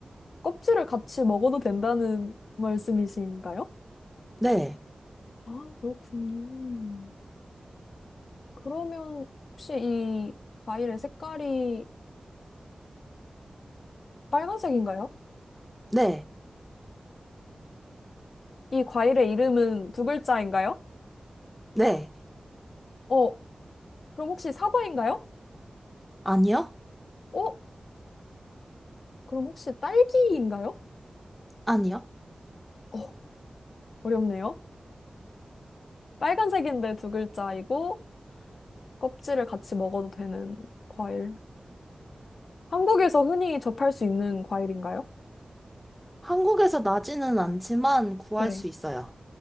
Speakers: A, on the left; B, in the centre.
A: 껍질을 같이 먹어도 된다는 말씀이신가요?
B: 네,
A: 아, 그렇군요. 그러면 혹시 이 과일의 색깔이 빨간색인가요?
B: 네,
A: 이 과일의 이름은 두 글자인가요?
B: 네.
A: 어, 그럼 혹시 사과인가요?
B: 아니요?
A: 어, 그럼 혹시 딸기인가요?
B: 아니요?
A: 어, 어렵네요. 빨간색인데 두 글자이고, 껍질을 같이 먹어도 되는 과일. 한국에서 흔히 접할 수 있는 과일인가요?
B: 한국에서 나지는 않지만 구할
A: 네.
B: 수 있어요.